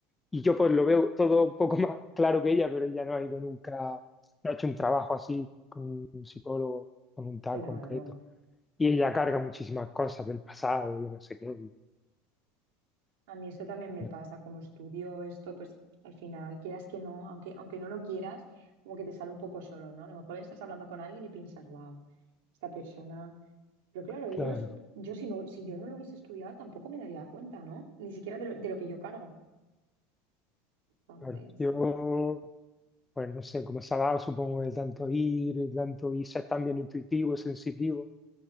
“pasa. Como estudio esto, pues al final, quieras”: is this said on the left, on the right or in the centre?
Right